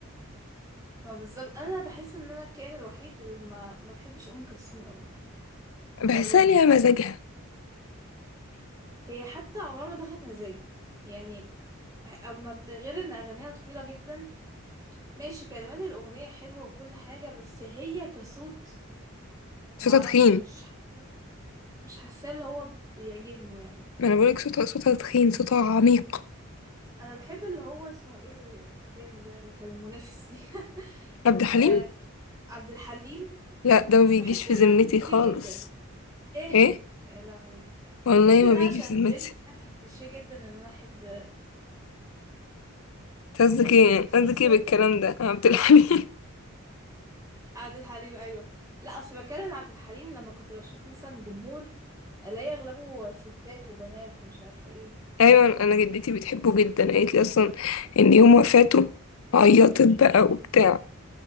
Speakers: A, on the right; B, on the left.
A: ما بالظبط انا بحس ان انا الكائن الوحيد اللي ما ما بحبش ام كلثوم قوي
B: بحسها
A: والله
B: ليها مزاجها
A: هي حتى عمرها ما دخلت مزاجي يعني بح- اما بت- غير ان اغانيها طويله جدا ماشي كلمات الاغنيه حلوه وكل حاجه بس هي كصوت ما
B: صوتها
A: اعرفش
B: تخين
A: مش حاسه مش حاسه اللي هو بيعجبني يعني
B: ما انا بقولك صوتها صوتها تخين صوتها عميق
A: انا بحب اللي هو اسمه ايه التاني ده اللي كان المنافس ليه <laughs>
B: عبد الحليم
A: آه، عبد الحليم
B: لا ده
A: بس
B: ما بيجيش
A: بحس
B: في
A: انها
B: ذمتي
A: كليشيه
B: خالص
A: جدا ايه
B: ايه
A: يا لهوي
B: والله
A: بحس ان
B: ما بيجي
A: أنا عشان
B: في ذمتي
A: بنت انا فكليشيه جدا ان انا احب
B: أنت
A: اسمه
B: قصدك
A: ايه
B: ايه
A: ده انت قلت
B: قصدك
A: اسمه
B: ايه بالكلام
A: ايه تاني
B: ده يا عبد الحليم <laughs>
A: عبد الحليم ايوه لا اصل بكلم عبد الحليم لما كنت بشوف مثلا جمهور الاقي اغلبه ستات وبنات ومش عارفه ايه
B: ايوه انا جدتي بتحبه جدا قالت لي اصلا ان يوم وفاته عيطت بقى وبتاع